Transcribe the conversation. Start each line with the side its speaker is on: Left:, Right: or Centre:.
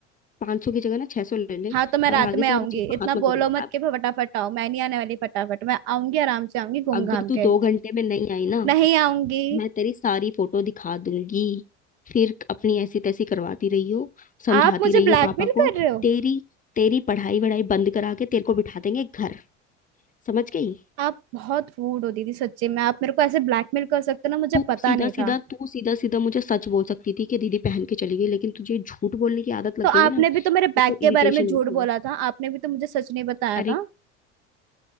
Left: पाँच सौ की जगह ना छह सौ ले ले
Right: हाँ तो मैं
Left: और
Right: रात
Left: आगे
Right: में
Left: से
Right: आऊंगी
Left: मेरी चीज को
Right: इतना
Left: हाथ मत
Right: बोलो
Left: लगे
Right: मत
Left: अब
Right: कि फटाफट आओ मैं नहीं आने वाली फटाफट मैं आऊंगी आराम से आऊंगी घूम
Left: अगर
Right: घाम
Left: तू दो
Right: के
Left: घंटे में नहीं आई ना
Right: नहीं आऊंगी
Left: मैं तेरी सारी फोटो दिखा दूंगी फिर अपनी ऐसी तैसी करवाती रही हो समझाती
Right: आप मुझे
Left: रही हो
Right: ब्लैकमेल
Left: पापा को
Right: कर रहे हो
Left: तेरी तेरी पढ़ाई वढ़ाई बंद करा के तेरे को बिठा देंगे घर समझ गई
Right: आप बहुत रूड हो दीदी सच्ची में आप मेरे को ऐसे ब्लैकमेल कर सकते हो ना मुझे
Left: तू
Right: पता
Left: सीधा
Right: नहीं
Left: सीधा
Right: था
Left: तू सीधा सीधा मुझे सच बोल सकती थी कि दीदी पहन के चली गई लेकिन तुझे झूठ बोलने की आदत लग
Right: तो
Left: गई
Right: आपने
Left: है ना मेरे
Right: भी तो मेरे बैग
Left: को
Right: के
Left: इरिटेशन
Right: बारे में झूठ
Left: होती
Right: बोला
Left: है
Right: था आपने भी तो मुझे सच नहीं बताया
Left: अरे
Right: था